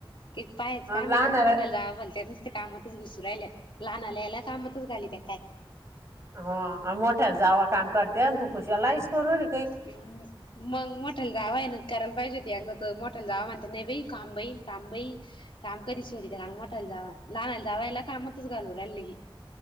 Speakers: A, on the left; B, on the right.
A: क पायच काम
B: लहानाला
A: आहे का मोटाल जाव बल तरसते कामातच घुसून राहिल्या लहान आला यायला कामतच घाली त्या काय?
B: हो आमी मोठ्याला जावा काम करत्या आणि तू खुशल आईस करु राहिली
A: हम् मग मोठ्याला जाव ये ना करायला पाहिजे होती एगदा त मोठ्याला जावा म्हणत्या नाही बाई थांब बई थांब बाई काम करी सोरी त्या मोटायला जावा लहाला जावा यायला कामातच घालू राहिल की